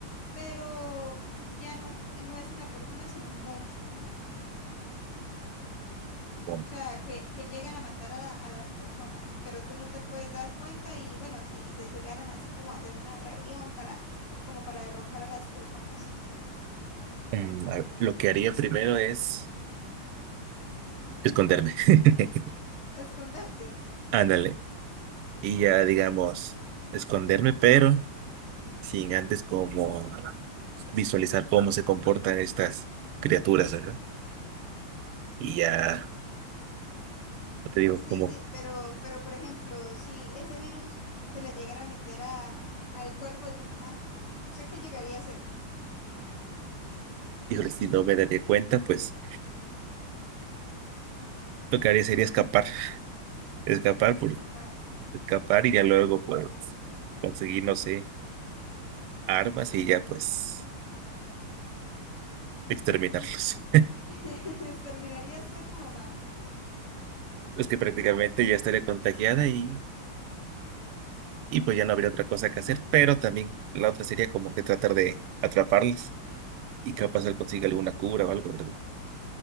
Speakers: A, on the left (about 80°); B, on the right (about 85°).
A: pero ya no, no es una persona, sino un monstruo.
B: Bueno,
A: O sea, que, que llegan a matar a, la- a las personas, pero tú no te puedes dar cuenta y bueno, si se llegaran así como a hacer una rebelión para, como para derrocar a las personas.
B: mm, a ver, lo que haría primero es esconderme. <laughs>
A: Esconderte.
B: Ándale. Y ya digamos, esconderme, pero sin antes como visualizar cómo se comportan estas criaturas, ¿verdad? Y ya yo te digo,
A: Sí,
B: como,
A: sí, pero, pero por ejemplo, si ese virus se le llegara a meter a, al cuerpo de tu mamá, ¿usted qué llegaría a hacer?
B: híjole, si no me daría cuenta, pues lo que haría sería escapar, escapar
A: Escapar.
B: por escapar y ya luego pues conseguir, no sé, armas y ya pues exterminarlos.
A: Y <laughs> terminarías tú a tu mamá.
B: Pues que prácticamente ya estaría contagiada y, y pues ya no habría otra cosa que hacer, pero también la otra sería como que tratar de atraparlas y capaz él consiga alguna cura o algo, ¿verdad?